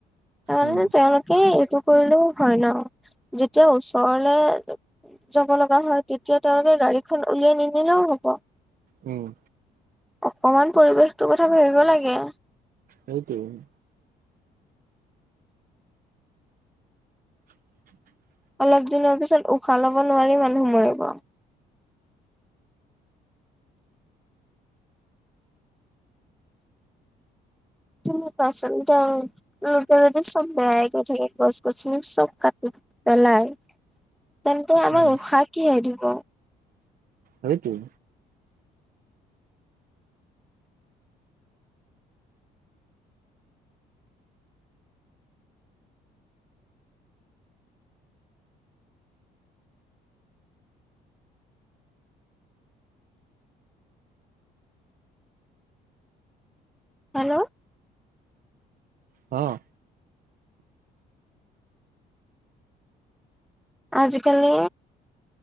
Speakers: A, in the centre; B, on the right.
A: তাৰমানে
B: উম
A: তেওঁলোকে এইটো কৰিলেও হয় ন যেতিয়া ওচৰলে যাব লগা হয় তেতিয়া তেওঁলোকে গাড়ীখন উলিয়াই নিনিলেও হ'ব।
B: উম।
A: অকমান পৰিৱেশটো কথা ভাবিব লাগে।
B: সেইটোৱে। <unintelligible>
A: অলপ দিনৰ পিছত উশাহ লব নোৱাৰি মানুহ মৰিব। তুমি কোৱাছোন এতিয়া লোকে যদি চব বেয়াই কৈ থাকে গছ গছনি চব কাটি পেলায়। তেন্তে আমাক
B: উম
A: উশাহ কিহে দিব?
B: সেইটোৱে।
A: হেল্ল'?
B: অ'।
A: আজিকালি